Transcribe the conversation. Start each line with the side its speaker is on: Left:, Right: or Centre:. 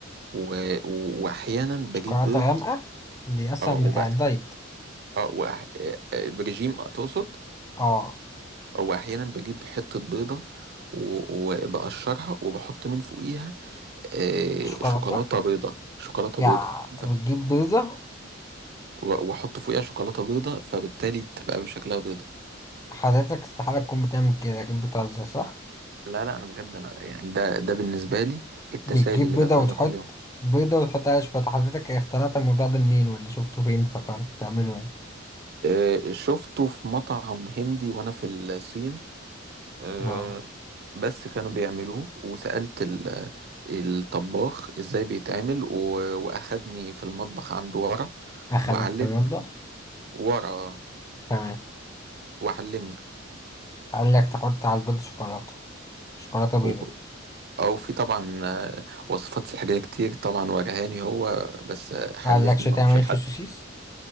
Right: و... و... واحيانا بجيب
Left: شوكولاتة
Right: بيض
Left: غامقة دي أصلا
Right: اه
Left: بتاع
Right: وبقى
Left: الدايت
Right: اه وأح... آه، آه، برجيم تقصد
Left: اه
Right: واحيانا بجيب حته بيضه و- وبقشرها وبحط من فوقيها آه،
Left: شوكولاتة
Right: شوكولاته بيضه شوكولاته
Left: يا
Right: بيضه
Left: بتجيب
Right: ف-
Left: بيضة
Right: و- واحط فوقيها شوكولاته بيضه فبالتالي بتبقى بشكلها بيضه
Left: حضرتك استحالة تكون بتعمل كده أكيد بتهزر صح؟
Right: لا لا انا بجد انا يعني ده ده بالنسبه لي التسالي
Left: بتجيب
Right: اللي
Left: بيضة
Right: باكلها
Left: وتحط
Right: كل يوم
Left: بيضة وتحط عليها شوكولاتة حضرتك اخترعت الموضوع ده منين واللي شفته فين فكرت تعمله يعني
Right: آه، شفته في مطعم هندي وانا في الصين آه،
Left: اه
Right: بس كانوا بيعملوه وسالت ال- الطباخ ازاي بيتعمل و- واخدني في المطبخ عنده ورا
Left: أخدك
Right: وعلمني
Left: في المطبخ
Right: ورا آه،
Left: تمام
Right: وعلمني
Left: قال لك تحط على البيضة شوكولاتة شوكولاتة بيضة
Right: هو- او في طبعا آه، وصفات سحريه كتير طبعا ورهاني هو بس آه، حلفني
Left: ما قالكش تعمل
Right: ما اقولش
Left: ايه
Right: لحد
Left: في السوسيس